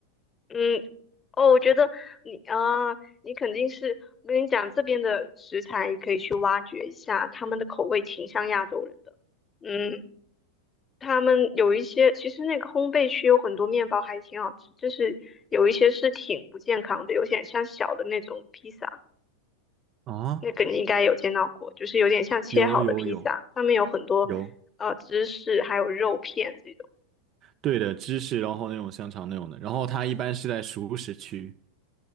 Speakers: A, on the left; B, on the right.
A: 嗯，哦，我觉得你啊，你肯定是，我跟你讲，这边的食材可以去挖掘一下，他们的口味挺像亚洲人的。嗯。他们有一些，其实那个烘焙区有很多面包还挺好吃，就是有一些是挺不健康的，有点像小的那种披萨，
B: 啊，
A: 那个你应该有见到过，就是有点像切好的披萨，
B: 有有有
A: 上面有很多呃芝士还有肉片这种。
B: 有。对的，芝士，然后那种香肠那种的，然后它一般是在熟食区。